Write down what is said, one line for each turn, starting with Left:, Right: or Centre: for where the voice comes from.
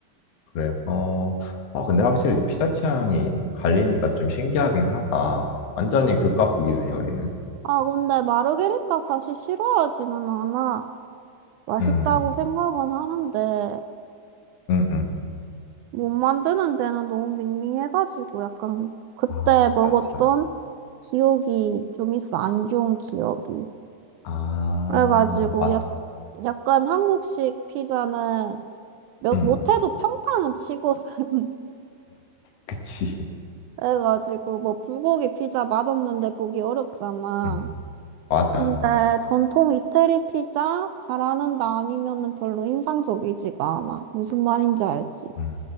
Left: 그래서, 아, 근데 확실히 피자 취향이 갈리니까 좀 신기하긴 하다. 완전히 극과 극이네, 우리는.
Right: 아, 근데 마르게리타 사실 싫어하지는 않아. 맛있다고
Left: 음.
Right: 생각은 하는데
Left: 응, 응.
Right: 못 만드는 데는 너무 밍밍해가지고 약간 그때
Left: 아,
Right: 먹었던
Left: 맞아.
Right: 기억이 좀 있어. 안 좋은 기억이.
Left: 아,
Right: 그래가지고
Left: 맞아.
Right: 약, 약간 한국식 피자는 몇,
Left: 응,
Right: 못해도 평타는 치거든. <laughs>
Left: 그치. <laughs>
Right: 그래가지고 뭐 불고기 피자 맛없는데 보기 어렵잖아.
Left: 응, 맞아.
Right: 근데 전통 이태리 피자 잘하는다 아니면은 별로 인상적이지가 않아. 무슨 말인지 알지?
Left: 응,